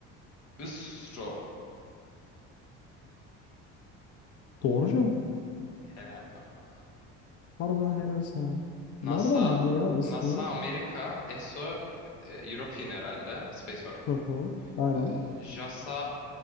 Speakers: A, on the left; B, on the left.
A: ISRO.
B: Doğru cevap.
A: Helal lan bana.
B: Harbiden helal sana.
A: NASA,
B: Nereden bildin ya ISRO'yu?
A: NASA Amerika, ESO e, European herhalde. Space Or
B: Hı hı. Aynen.
A: e, JAXA